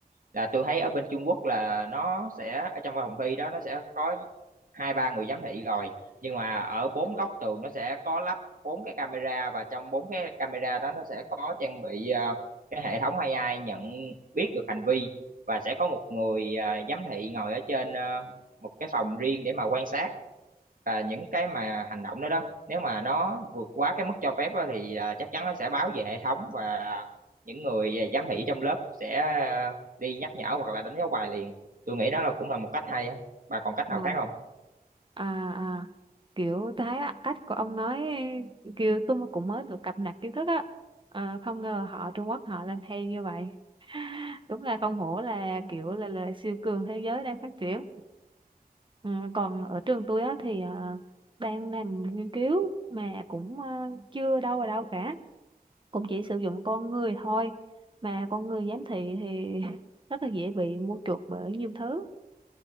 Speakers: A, on the right (about 60°); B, on the right (about 30°).
A: là tôi thấy ở bên Trung Quốc là nó sẽ ở trong phòng thi đó nó sẽ có hai ba người giám thị rồi nhưng mà ở bốn góc tường nó sẽ có lắp bốn cái camera và trong bốn cái camera đó nó sẽ có trang bị ờ, cái hệ thống AI nhận biết được hành vi và sẽ có một người ờ, giám thị ngồi ở trên ờ, một cái phòng riêng để mà quan sát và những cái mà hành động đó đó nếu mà nó vượt quá cái mức cho phép á, thì à, chắc chắn nó sẽ báo về hệ thống và những người giám thị trong lớp sẽ à, đi nhắc nhở hoặc là đánh dấu bài liền tôi nghĩ đó là cũng là một cách hay á bà còn cách nào
B: à
A: khác không
B: à à kiểu thấy á, cách của ông nói kiểu tôi cũng mới được cập nhật kiến thức á à, không ngờ họ Trung Quốc họ làm hay như vậy <laughs> đúng là không hổ là kiểu là, là siêu cường thế giới đang phát triển Ừ, còn ở trường tôi á thì ờ, đang làm nghiên cứu mà cũng ờ, chưa đâu vào đâu cả cũng chỉ sử dụng con người thôi mà con người giám thị thì <laughs> rất là dễ bị mua chuộc bởi nhiều thứ